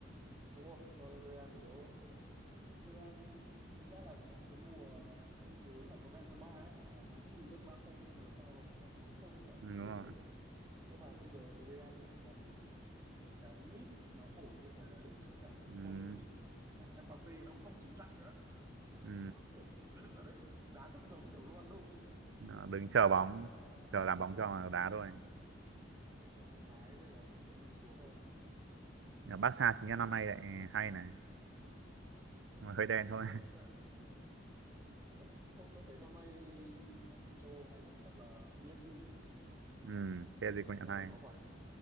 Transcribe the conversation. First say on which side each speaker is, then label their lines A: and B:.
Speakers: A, on the right; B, on the right.
A: đúng rồi do Real yếu thôi Real thực ra là có một cái mùa tôi nhớ là có Benzema ấy mà nó cũng bị dẫn ba không xong về sau nó thắng lại bốn không ở lượt
B: Ừ, đúng
A: về
B: rồi
A: ấy. Nhưng mà bây giờ thì Real không còn một cái mid nó ổn như thời đấy với cả hàng
B: ừ,
A: công thì thằng Mbappé nó cũng không chịu chạy nữa nó,
B: ừ.
A: nó kiểu cứ đứng ở đấy đá rất giống kiểu Ronaldo ấy
B: Nó đứng chờ bóng chờ làm bóng
A: đúng không
B: cho mà đá thôi
A: nó không kiểu hăng hái nên là kiểu đi xuống thôi
B: Ở Barca chính là năm nay lại hay này nhưng mà hơi đen thôi
A: Barca
B: <laughs>
A: không, không tôi thấy năm nay mà đội châu Âu hay nhất chắc là PSG
B: ừ PSG
A: PSG
B: công nhận
A: năm
B: hay
A: nay có quả